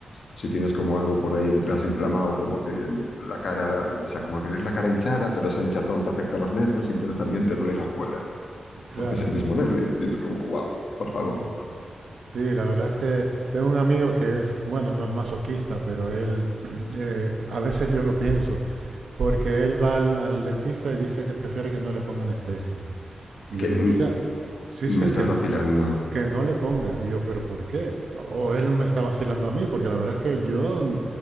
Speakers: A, on the left; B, on the right.
A: si tienes como algo por ahí detrás inflamado, como que la cara, o sea, como que tienes la cara hinchada, pero esa hinchazón te afecta a los nervios y entonces también te duelen las muelas,
B: Claro,
A: porque es el mismo nervio. Y es como, wow, por favor.
B: sí. Sí, la verdad es que tengo un amigo que es, bueno, no es masoquista, pero él, <clears throat> eh, a veces yo lo pienso, porque él va al, al dentista y dice que prefiere que no le ponga anestesia. Y yo
A: Que
B: le
A: mm,
B: digo, o sea, sí, sí,
A: me estás
B: que, n-
A: vacilando,
B: que no le ponga. Y yo, pero ¿por qué? O él me está vacilando a mí, porque la verdad es que yo n-